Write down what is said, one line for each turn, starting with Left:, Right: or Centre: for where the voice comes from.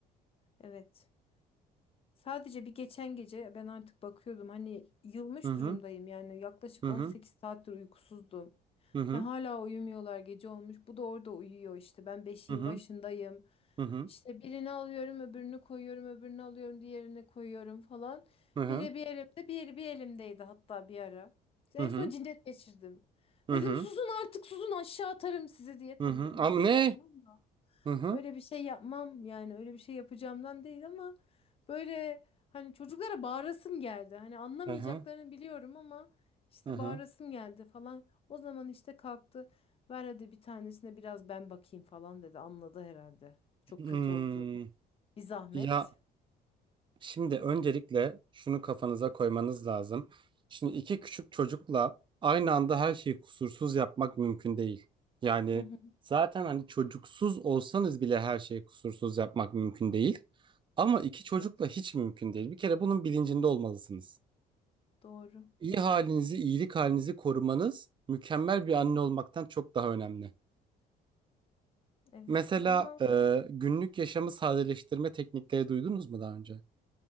Left: evet. Sadece bir geçen gece ben artık bakıyordum hani yılmış
Right: Hı hı
Left: durumdayım yani yaklaşık
Right: hı
Left: 18
Right: hı
Left: saattir uykusuzdum.
Right: hı hı
Left: Ve hala uyumuyorlar gece olmuş. Bu da orada uyuyor işte. Ben beşiğin
Right: hı
Left: başındayım.
Right: hı
Left: İşte birini alıyorum, öbürünü koyuyorum, öbürünü alıyorum, diğerini koyuyorum falan.
Right: hı
Left: Biri bir elimde, biri bir elimdeydi hatta bir ara. En
Right: hı hı.
Left: son cinnet geçirdim.
Right: Hı
Left: Dedim
Right: hı.
Left: susun artık susun aşağı atarım sizi diye. Tabii
Right: Hı hı.
Left: öyle
Right: Ama
Left: bir
Right: ne?
Left: şey yapmam.
Right: Hı hı.
Left: Öyle bir şey yapmam yani öyle bir şey yapacağımdan değil ama böyle hani çocuklara bağırasım geldi. Hani anlamayacaklarını
Right: Hı hı.
Left: biliyorum ama işte
Right: Hı hı.
Left: bağırasım geldi falan. O zaman işte kalktı. Ver hadi bir tanesine biraz ben bakayım falan dedi. Anladı herhalde. Çok
Right: Hmm.
Left: kötü olduğumu. Bir zahmet.
Right: Ya şimdi öncelikle şunu kafanıza koymanız lazım. Şimdi iki küçük çocukla aynı anda her şeyi kusursuz yapmak mümkün değil. Yani
Left: Hı hı.
Right: zaten hani çocuksuz olsanız bile her şeyi kusursuz yapmak mümkün değil. Ama iki çocukla
Left: Evet.
Right: hiç mümkün değil. Bir kere bunun bilincinde olmalısınız.
Left: Doğru.
Right: İyi halinizi, iyilik halinizi korumanız mükemmel bir anne olmaktan çok daha önemli.
Left: Evet
Right: Mesela
Left: ama
Right: e, günlük yaşamı sadeleştirme teknikleri duydunuz mu daha önce?